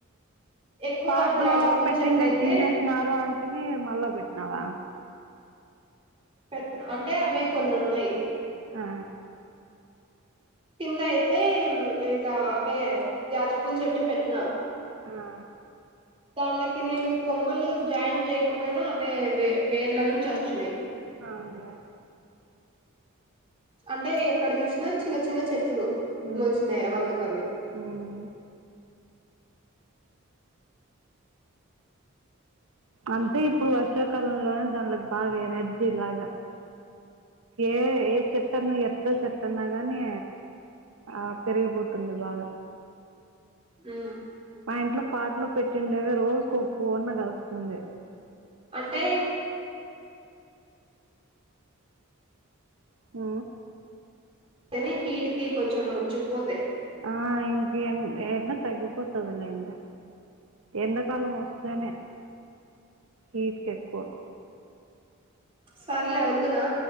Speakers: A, on the right; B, on the right.
A: ఎక్కువ
B: పాట్లో
A: జాజిపూల
B: పెట్టిండేవి
A: చెట్లయితే
B: తీసేసినారు అంటివి మళ్ళా పెట్టినావా
A: పెట్ అంటే అవే కొన్ని ఉన్నాయి
B: ఆ
A: కింద అయితే ఇంకా అదే జాజిపూల చెట్టు పెట్టినా
B: ఆ!
A: దానిలోకి నేను కొమ్మలు జాయిన్ చేయకపోయినా అవే వే వేర్ల నుంచి వచ్చినయి
B: అవునా
A: అంటే ఎక్కడ చూసినా చిన్న చిన్న చెట్లు
B: ఊ
A: మొలిచినాయి అవందుకవి
B: ఉమ్ అంటే ఇప్పుడు వర్షాకాలంలోనే దానిలకు బాగా ఎనర్జీ లాగా ఏ ఏ ఏ చెట్టన్న ఎట్ల చెట్టన్న గానీ ఆ పెరిగిపోతుంది బాగా
A: ఉమ్
B: ఆ ఇంట్లో పాట్లో పెట్టుండేవి. రోజుకో పువ్వన్న కాస్తుంది
A: అంటే
B: ఊ
A: టెనే హీటికి కొంచెం ముడుచుకుపోతాయి
B: ఆ ఇంక ఎ ఎండ తగ్గిపోతుంది లేండి ఎంతకాలం వస్తేనే హీట్కి ఎక్కువ
A: సర్లే ఉందునా